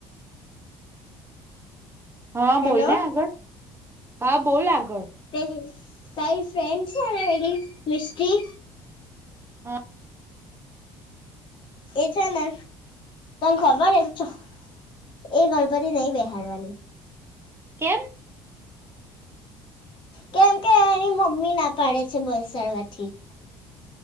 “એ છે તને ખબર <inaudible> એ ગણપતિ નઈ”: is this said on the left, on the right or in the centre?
Left